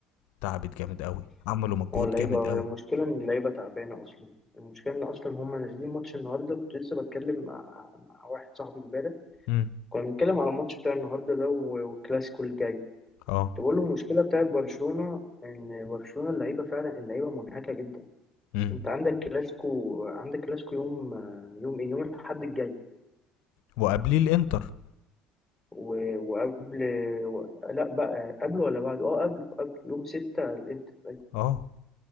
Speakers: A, on the left; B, in the centre.
A: تعبت جامد أوي، عملوا مجهود
B: هو اللعيبة
A: جامد أوي،
B: هي المشكلة إن اللعيبة تعبانة أصلا المشكلة إن أصلا هما نازلين ماتش النهاردة كنت لسه بتكلم مع, مع واحد صاحبي إمبارح
A: إمم،
B: كنا بنتكلم على الماتش بتاع النهاردة ده و- والكلاسيكو الجاي
A: آه،
B: تقول له المشكلة بتاعت برشلونة إن برشلونة اللعيبة فعلا اللعيبة منهكة جدا
A: إمم،
B: أنت عندك كلاسيكو عندك كلاسيكو يوم يوم إيه يوم الأحد الجاي
A: وقبليه الإنتر،
B: و- وقبل و... لا بقى قبله ولا بعده اه قبله قبله يوم ستة الانتر أيوة.
A: آه،